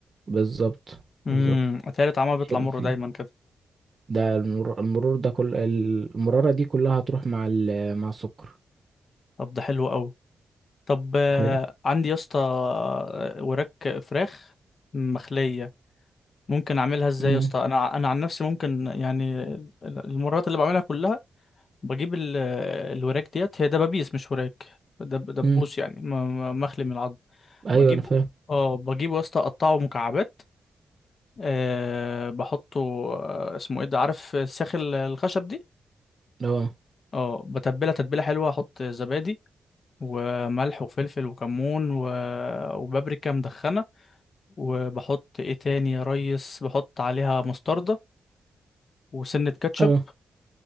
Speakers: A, on the right; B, on the left.
A: بالظبط
B: امم
A: بالظبط
B: اتهيألي طعمها بيطلع
A: مش هيبقى
B: مر
A: فيه
B: دايما كده
A: ده المر... المرور ده كل المرارة دي كلها هتروح مع ال... مع السكر
B: طب ده حلو قوي طب آه،
A: حلو
B: عندي يا اسطى آه، وراك فراخ مخلية ممكن اعملها ازاي
A: امم
B: يا اسطى انا انا عن نفسي ممكن يعني المرات اللي بعملها كلها بجيب ال- الوراك ديت هي دبابيس مش وراك دب دبوس
A: امم
B: يعني م- م- مخلي من العظم
A: ايوه
B: بجيب
A: انا فاهم
B: اه بجيبه يا اسطى اقطعه مكعبات أه بحطه آه، اسمه ايه ده عارف الساخ ال- الخشب دي
A: اه
B: اه بتبلها تتبيله حلوه احط زبادي وملح وفلفل وكمون و... وبابريكا مدخنه وبحط ايه تاني يا ريس بحط عليها مستردة وسنة كاتشب
A: اه